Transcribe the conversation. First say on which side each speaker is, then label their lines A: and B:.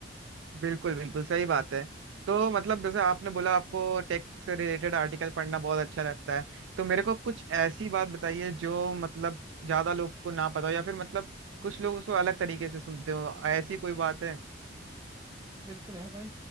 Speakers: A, on the right; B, on the right.
A: बिल्कुल बिल्कुल सही बात है तो मतलब जैसे आपने बोला आपको टेक से रिलेटेड आर्टिकल पढ़ना बहुत अच्छा लगता है तो मेरे को कुछ ऐसी बात बताइए जो मतलब ज्यादा लोग को ना पता हो या फिर मतलब कुछ लोग उसको अलग तरीके से सुनते हो ऐसी कोई बात है
B: बिल्कुल है भाई